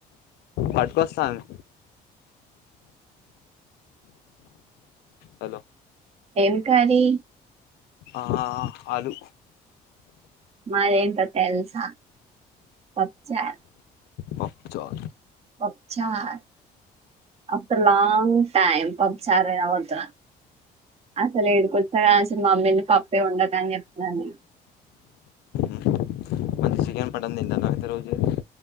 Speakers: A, on the left (about 75°); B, on the right (about 40°).
A: పట్టుకొస్తంది హలో
B: ఏం కర్రీ
A: ఆ ఆలూ
B: మాదేంటో తెల్స్ పప్పుచారు
A: పప్పుచార్
B: పప్పు చార్ ఆఫ్టర్ లాంగ్ టైమ్ పప్పు చార్ తినపోతున్నా అసలు ఈడకి ఒచ్చినకానించి అసలు మమ్మీని పప్పే వండకు అని చెప్పిన నేను
A: ఉహు చికెన్, మట్టన్ తింటున్నారా ఇన్ని రోజులు <unintelligible>